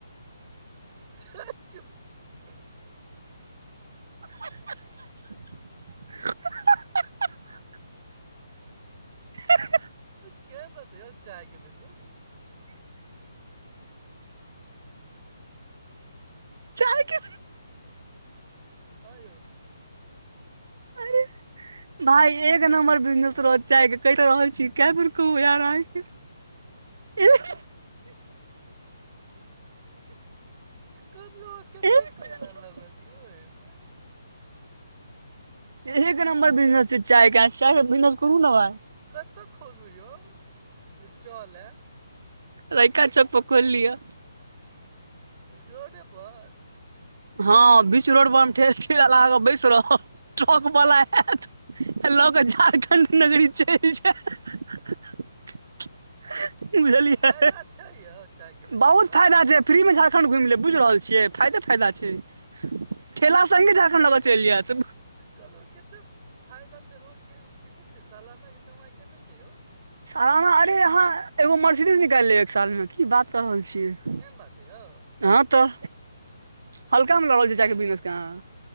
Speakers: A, on the right; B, on the right.
A: चाय के बिजनेस।
B: ह ह ह ह ह ह ह ह हें हें
A: उं केहेन रहतै यौ चायके बिजनेस।
B: चाय के
A: हां यौ।
B: अरे भाय एक नम्बर बिजनेस रहत चाय के, कैह ते रहल छी काए बेर कहु यार अहांके। एथ
A: कहलौ
B: एक
A: कते पैसा लगत यौ एमे।
B: एक नंबर बिजनेस छै चाय के, अहाँ चाय के बिजनेस करू ना भाय।
A: कता खोलु यौ जे चलए।
B: रहिका चौक पर खोएल लिअ।
A: रोडे पर।
B: हां बीच रोड पर हम ठे ठेला लगा के बैस रहब, ट्रक बला आएत ल के झारखण्ड नगरी चैल जाएत। बुझलियै
A: फायदा छै यौ चायके बिजनेसमे
B: बहुत फायदा छै। फ्री में झारखण्ड घुम लेब, बुझ रहल छियै फायदे फायदा छै। ठेला संगे झारखण्ड ल के चैल जाएत।
A: कहलौ केते फायदा छै, रोज के इ कते छै, सालाना के कमाय कते छै यौ।
B: सालाना अरे अहाँ एगो मर्सिडीज निकाल लेब एक सालमे की बात क रहल छियै।
A: एहन बात छै यौ।
B: हँ तऽ हल्का
A: तब
B: मे लऽ
A: ते
B: रहल छियै
A: ठीक
B: चाय के बिजनेस
A: या
B: के अहाँ